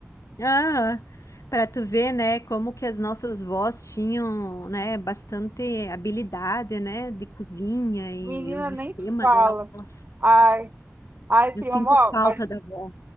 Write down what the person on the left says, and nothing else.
Ah, para tu ver, né, como que as nossas vós tinham, né, bastante habilidade, né, de cozinha e
os esquemas
delas.
Eu
sinto
falta
da avó.